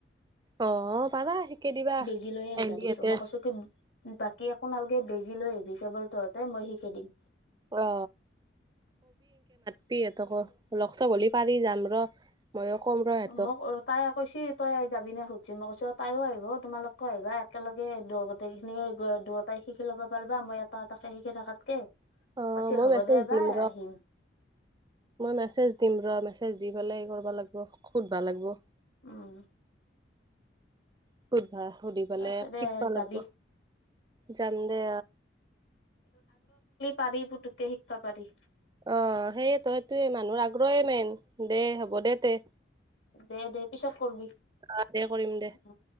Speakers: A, on the right; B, on the left.
A: অ পাবা শিকাই দিবা।
B: আ লৈয়ে আহিবা দিছো
A: দে
B: মই কৈছো কি বা। কি একোনালগে বেজী লৈআহিবি কেৱল তহঁতে মই শিকি দিম।
A: অ সি সহঁতক লক চক হলি পাৰি যাম ৰ। ময়ো ক'ম ৰ সিহঁতক
B: মোক তাই কৈছি তই যাবি নে সুধি। য মই কৈছো তাইও আহিব তোমালোককও আহিবা একেলগে দু গোটেইখিনি দুইটাই শিকি ল'ব পাৰিবা মই এটা এটাকে শিকি থাকাতকে।
A: অ
B: কৈছে
A: মই
B: হ'ব
A: মেচেজ
B: দে বা
A: দিম ৰ
B: আহিম
A: মেচেজ দিম মেচেজ দিম। বলেগ কৰিবা লাগিব সুধবা লাগিব।
B: ওম।
A: সুধবা সুধি পালে
B: তাৰপিছতে
A: শিক ব লাগব
B: যাবি
A: যাম দে
B: পাৰী পুটুকে শিকবা পাৰী।
A: অ সেইয় ত সেইটোয়ে মানুহৰ আগ্ৰহে মেইন দে হ'ব দে তে
B: দে দে পিছত কৰবি
A: অ দে কৰিম দে
B: উ।